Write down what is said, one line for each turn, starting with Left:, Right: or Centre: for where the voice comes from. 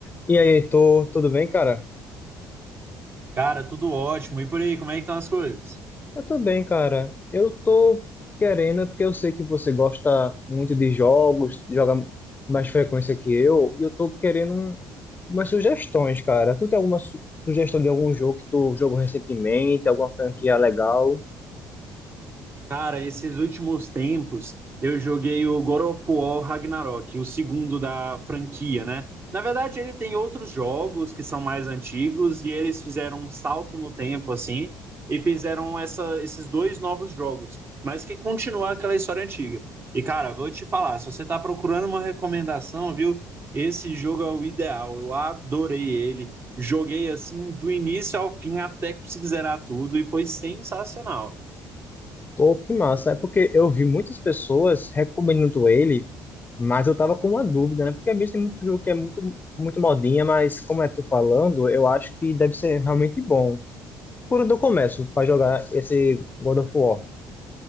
Left: E aí, Heitor, tudo bem, cara?
Right: Cara, tudo ótimo. E por aí, como é que estão as coisas?
Left: Eu tô bem, cara. Eu tô querendo, porque eu sei que você gosta muito de jogos, joga mais frequência que eu, e eu tô querendo um- umas sugestões, cara. Tu tem alguma su- sugestão de algum jogo que tu jogou recentemente, alguma franquia legal?
Right: Cara, esses últimos tempos eu joguei o God of War Ragnarok, o segundo da franquia, né? Na verdade, ele tem outros jogos que são mais antigos e eles fizeram um salto no tempo, assim, e fizeram essa- esses dois novos jogos, mas que continuam aquela história antiga. E, cara, vou te falar, se você tá procurando uma recomendação, viu? Esse jogo é o ideal. Eu adorei ele. Joguei assim do início ao fim até conseguir zerar tudo e foi sensacional.
Left: Pô, que massa. É porque eu vi muitas pessoas recomendando ele, mas eu tava com uma dúvida, né? Porque às vezes tem muito jogo que é muito, muito modinha, mas como é tu falando, eu acho que deve ser realmente bom. Por onde eu começo para jogar esse God of War?